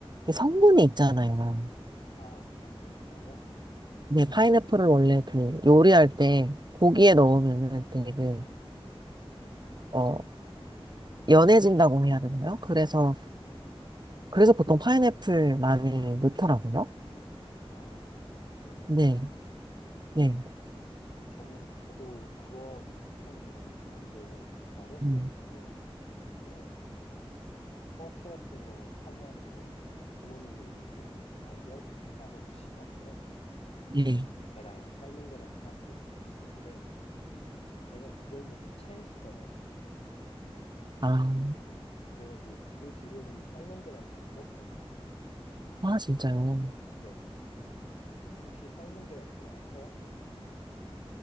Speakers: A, on the right (about 45°); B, on the left (about 75°).
A: 그 성분이 있잖아요.
B: 아, 그런 게 있어요?
A: 네, 파인애플을 원래 그 요리할 때 고기에 넣으면은 되게 어 연해진다고 해야 되나요? 그래서 그래서 보통 파인애플 많이 넣더라고요.
B: 아, 그렇구나.
A: 네, 네,
B: 저는, 저도 그거하고 비슷한 경험이 있긴 한데, 어렸을
A: 음,
B: 때, 왜, 버스 같은 거 타면은 부모님들이 이렇게 달걀 까서 주시잖아요.
A: 네.
B: 계란, 삶은 계란을 까서 이렇게 주시는데 제가 그걸 먹고 체했어요.
A: 아,
B: 그래가지고 그 뒤로는 삶은 계란을 안 먹거든요.
A: 아 진짜요?
B: 네. 혹시 삶은 계란 좋아하세요?